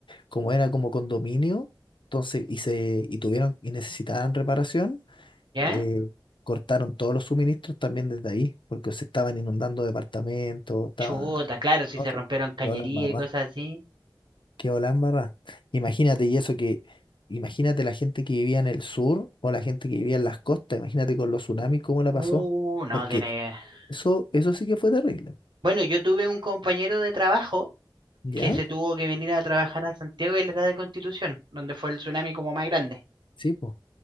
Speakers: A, on the left (about 70°); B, on the right (about 65°).
A: como era como condominio, entonces y se y tuvieron y necesitaban reparación,
B: ¿Ya?
A: eh, cortaron todos los suministros también desde ahí, porque se estaban inundando departamentos, estaba
B: Chuta, claro, si
A: no,
B: se
A: sí,
B: rompieron cañería
A: quedó la embarrá,
B: y cosas así.
A: quedó la embarrá. Imagínate y eso que imagínate la gente que vivía en el sur o la gente que vivía en las costas, imagínate con los tsunamis cómo la
B: Uh,
A: pasó,
B: no,
A: porque
B: tiene... que...
A: eso eso sí que fue terrible,
B: Bueno, yo tuve un compañero de trabajo
A: ¿ya?
B: que se tuvo que venir a trabajar a Santiago y él era de Constitución, donde fue el tsunami como más grande.
A: Sí, pues,